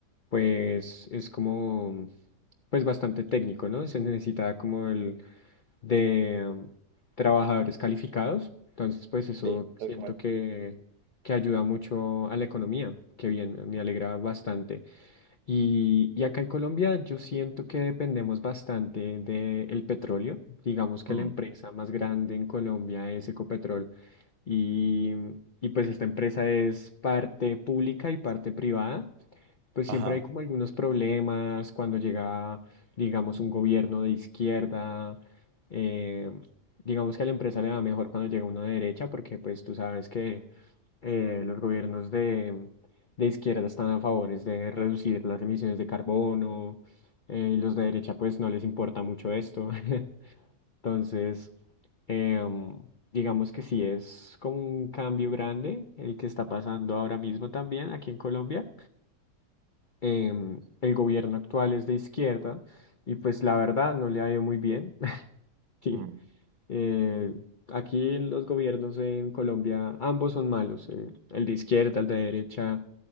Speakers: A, on the left; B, on the right.
A: pues es como, pues bastante técnico, ¿no? Se necesita como el de um, trabajadores calificados. Entonces, pues eso
B: Sí,
A: siento
B: tal cual.
A: que, que ayuda mucho a la economía. Qué bien, me alegra bastante. Y, y acá en Colombia yo siento que dependemos bastante del petróleo. Digamos que
B: Mm,
A: la empresa más grande en Colombia es Ecopetrol y, y pues esta empresa es parte pública y parte privada, pues
B: ajá.
A: siempre hay como algunos problemas cuando llega, digamos, un gobierno de izquierda, eh, digamos que a la empresa le va mejor cuando llega uno de derecha, porque pues tú sabes que eh, los gobiernos de, de izquierda están a favores de reducir las emisiones de carbono, eh, y los de derecha pues no les importa mucho esto. <laughs> Entonces, em, digamos que sí es como un cambio grande el que está pasando ahora mismo también aquí en Colombia. Em, el gobierno actual es de izquierda y pues la verdad no le ha ido muy bien. <laughs> Sí,
B: mm, <laughs>
A: eh, aquí en los gobiernos en Colombia ambos son malos, eh, el de izquierda, el de derecha,